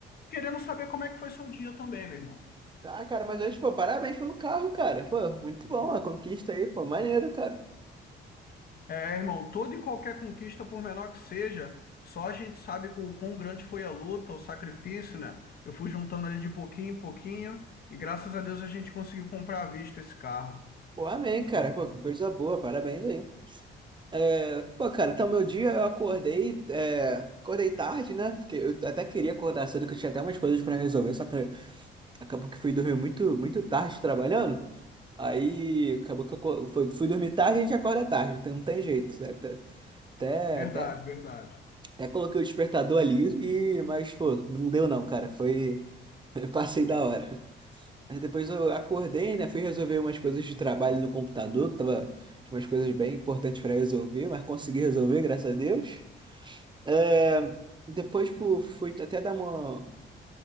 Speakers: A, on the left; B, on the right.
A: querendo saber como é que foi seu dia também, meu irmão.
B: Ah, cara, mas hoje, pô, parabéns pelo carro, cara. Pô, muito bom a conquista aí, pô, maneiro, cara.
A: É, irmão, toda e qualquer conquista, por menor que seja, só a gente sabe o quão grande foi a luta, o sacrifício, né? Eu fui juntando ali de pouquinho em pouquinho e graças a Deus a gente conseguiu comprar à vista esse carro.
B: Pô, amém, cara. Pô, coisa boa, parabéns aí. É, pô, cara, então meu dia eu acordei, é, acordei tarde, né? Porque eu até queria acordar cedo, que eu tinha até umas coisas pra resolver, só que acabou que fui dormir muito, muito tarde trabalhando. Aí acabou que eu co- fui, fui dormir tarde e a gente acorda tarde, então não tem jeito. né? Até, até,
A: Verdade,
B: até,
A: verdade.
B: até coloquei o despertador ali, e, mas pô, não deu não, cara. Foi. <laughs> Eu passei da hora. Aí depois eu acordei, né? Fui resolver umas coisas de trabalho no computador, que tava, tinha umas coisas bem importantes para resolver, mas consegui resolver, graças a Deus. É, depois pô, fui até dar uma.